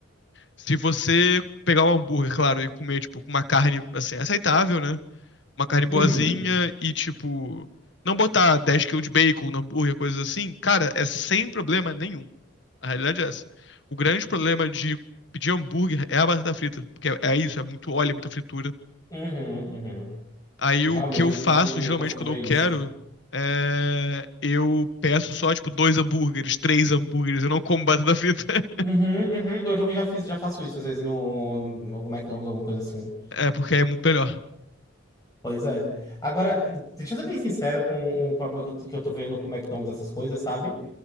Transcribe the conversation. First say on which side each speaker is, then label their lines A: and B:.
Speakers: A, on the left; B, on the left.
A: Se você pegar um hambúrguer, claro, e comer, tipo, com uma carne, assim, aceitável, né? uma carne boazinha
B: uhum,
A: e, tipo, não botar 10 quilos de bacon no hambúrguer, coisas assim, cara, é sem problema nenhum. A realidade é essa. O grande problema de pedir hambúrguer é a batata frita, porque é, é isso, é muito óleo, é muita fritura.
B: uhum, uhum.
A: Aí
B: Realmente,
A: o que eu faço,
B: eu
A: geralmente,
B: consigo
A: quando
B: ver
A: eu
B: isso.
A: quero, é... eu peço só, tipo, dois hambúrgueres, três hambúrgueres, eu não como batata frita, <laughs>
B: Uhum, uhum. Eu também já fiz, já faço isso, às vezes, no, no algum McDonald's, alguma coisa assim.
A: é porque é muito melhor.
B: Pois é. Agora, deixa eu ser bem sincero com um problema que eu, que eu tô vendo com o McDonald's, essas coisas, sabe?